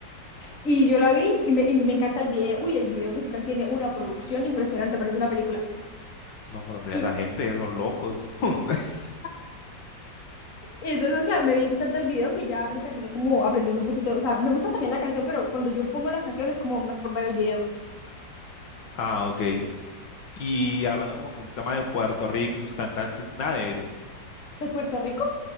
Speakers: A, on the left; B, on the left.
A: Y yo la vi y me, y me encanta el video. Uy, el video musical tiene una producción impresionante, parece una película.
B: No, pero mira,
A: Y,
B: esa gente, son locos. <laughs>
A: y entonces, claro, me vi tanto el video que ya me terminé como aprendiendo un poquito. O sea, me gusta también la canción, pero cuando yo pongo la canción es como más por ver el video.
B: Ah, ok. Y hablando como que un tema de Puerto Rico y sus cantantes, nada de ellos.
A: ¿De Puerto Rico?